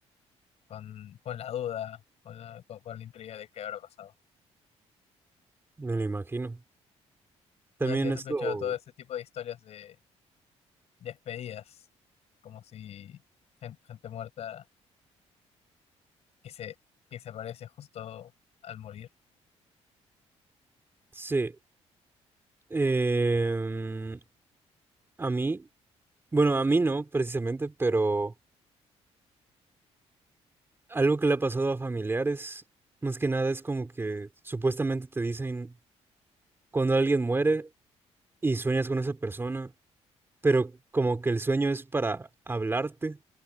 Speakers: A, on the left (about 65°); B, on the right (about 20°).
A: con, con la duda, con la, con, con la intriga de qué habrá pasado.
B: me lo imagino.
A: No
B: También
A: sé si has
B: esto,
A: escuchado todo ese tipo de historias de, despedidas, como si gen- gente, muerta que se, que se aparece justo al morir.
B: sí. em, a mí, bueno, a mí no precisamente, pero algo que le ha pasado a familiares, más que nada es como que supuestamente te dicen cuando alguien muere. y sueñas con esa persona, pero como que el sueño es para hablarte